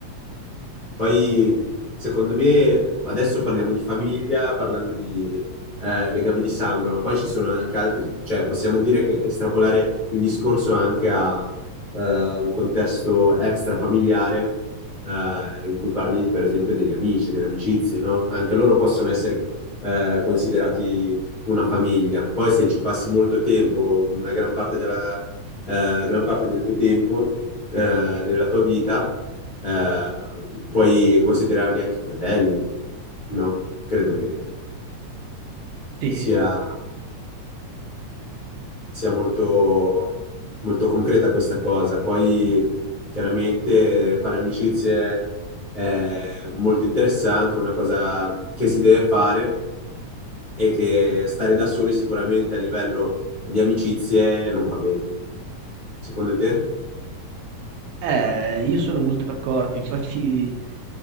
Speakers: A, on the left; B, on the right.
A: Poi, secondo me, adesso parliamo di famiglia, parlando di eh, legame di sangue, ma poi ci sono anche altri, cioè possiamo dire che estrapolare il discorso anche a eh, un contesto extrafamiliare eh, in cui parli per esempio degli amici, delle amicizie, no? Anche loro possono essere eh, considerati una famiglia. Poi se ci passi molto tempo, una gran parte, della, eh, gran parte del tuo tempo eh, nella tua vita, eh, puoi considerarli anche fratelli, no? Credo che
B: sì.
A: sia sia molto, molto concreta questa cosa. Poi chiaramente fare amicizie è molto interessante, è una cosa che si deve fare e che stare da soli sicuramente a livello di amicizie non fa bene. Secondo te?
B: Eh, io sono molto d'accordo, infatti <laughs>